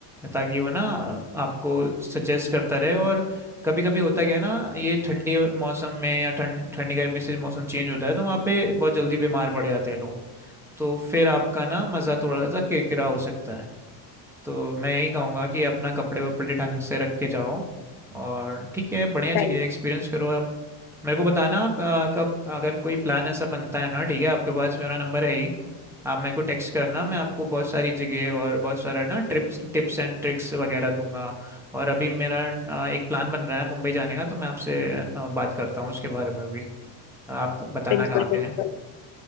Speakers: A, in the centre; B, on the left (about 55°).
A: ताकि वो ना आपको सजेस्ट करता रहे और कभी कभी होता क्या है ना ये ठंडे मौसम में या ठंड ठंडी गर्मी से मौसम चेंज होता है तो वहाँ पे बहुत जल्दी बीमार पड़ जाते हैं लोग तो फिर आपका ना मज़ा थोड़ा सा किरकिरा हो सकता है तो मैं यही कहूँगा कि अपना कपड़े वपड़े ढंग से रख के जाओ और ठीक है बढ़िया जगह
B: सही
A: है एक्सपीरियंस
B: है
A: करो आप मेरे को बताना आप आ, कब अगर कोई प्लान ऐसा बनता है ना ठीक है आपके पास मेरा नंबर है ही आप मेरे को टेक्स्ट करना मैं आपको बहुत सारी जगह और बहुत सारा ना ट्रिप्स टिप्स एंड ट्रिक्स वगैरह दूंगा और अभी मेरा आ, एक प्लान बन रहा है मुंबई जाने का तो मैं आपसे आ, बात करता हूँ उसके बारे में भी आप बताना
B: बिल्कुल
A: कहाँ पे
B: बिल्कुल
A: हैं